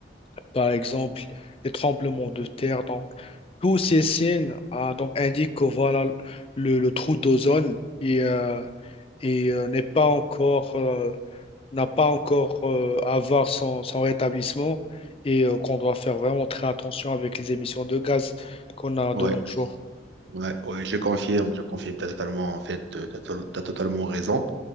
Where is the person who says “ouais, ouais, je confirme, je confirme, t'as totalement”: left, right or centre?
Right